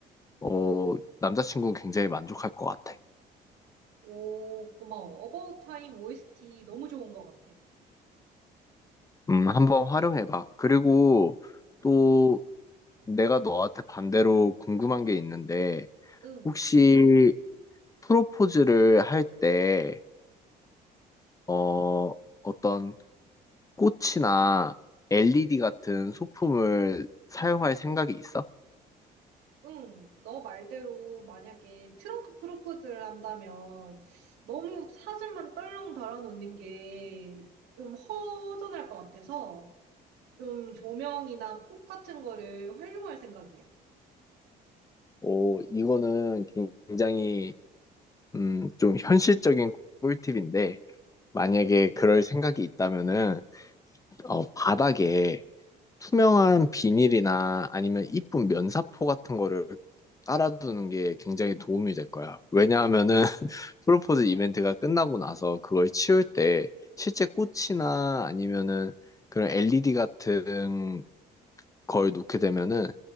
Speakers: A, on the left; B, on the right.
A: 어 남자친구는 굉장히 만족할 것 같아.
B: 오, 고마워. About Time OST 너무 좋은 것 같아.
A: 음, 한번 활용해봐. 그리고 또 내가 너한테 반대로 궁금한 게 있는데,
B: 응.
A: 혹시 프로포즈를 할 때, 어, 어떤 꽃이나 LED 같은 소품을 사용할 생각이 있어?
B: 응, 너 말대로 만약에 트렁크 프로포즈를 한다면 너무 사진만 떨렁 달아놓는 게 좀 허전할 것 같아서 좀 조명이나 콕 같은 거를 활용할 생각이야.
A: 오, 이거는 굉장히, 음, 좀 현실적인 꿀팁인데, 만약에 그럴 생각이 있다면은, 어, 바닥에 투명한 비닐이나 아니면 이쁜 면사포 같은 거를 깔아두는 게 굉장히 도움이 될 거야. 왜냐하면은 <laughs> 프로포즈 이벤트가 끝나고 나서 그걸 치울 때 실제 꽃이나 아니면은 그런 LED 같은 걸 놓게 되면은